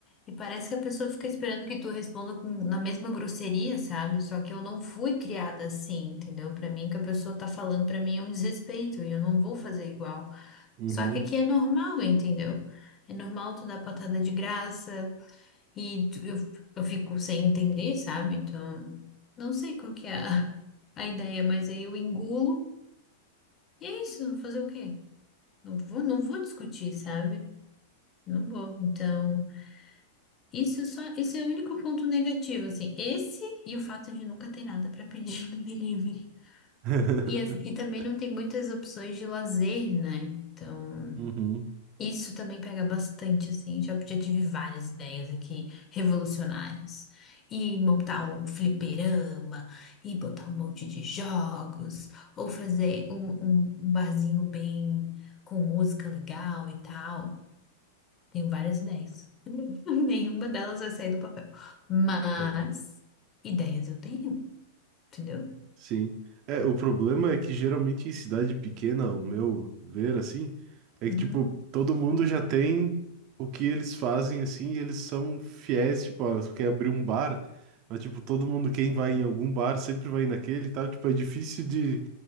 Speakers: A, on the left; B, on the right.
A: E parece que a pessoa fica esperando que tu responda com, na mesma grosseria, sabe? Só que eu não fui criada assim, entendeu? Pra mim, o que a pessoa tá falando pra mim é um desrespeito e eu não vou fazer igual.
B: Uhum,
A: Só que aqui é normal, entendeu? É normal tu dar patada de graça e tu- eu, eu fico sem entender, sabe? Então, não sei qual que é a, <laughs> a ideia, mas aí eu engulo e é isso, fazer o quê? Não vou, não vou discutir, sabe? Não vou. Então, isso só, isso é o único ponto negativo, assim. Esse e o fato de nunca ter nada para pedir no <laughs> delivery.
B: <laughs>
A: E, as- e também não tem muitas opções de lazer, né? Então,
B: uhum,
A: isso também pega bastante, assim. Já, já tive várias ideias aqui revolucionárias. E montar um fliperama, e botar um monte de jogos, ou fazer um, um um barzinho bem com música legal e tal. Tenho várias ideias. <laughs> Nenhuma delas vai sair do papel. Mas
B: <laughs>
A: ideias eu tenho, entendeu?
B: Sim. É, o problema é que geralmente em cidade pequena, o meu ver assim, é
A: Uhum,
B: que tipo, todo mundo já tem o que eles fazem assim, e eles são fiéis, tipo, ó, tu quer abrir um bar, mas tipo, todo mundo quem vai em algum bar sempre vai naquele e tal, tipo, é difícil de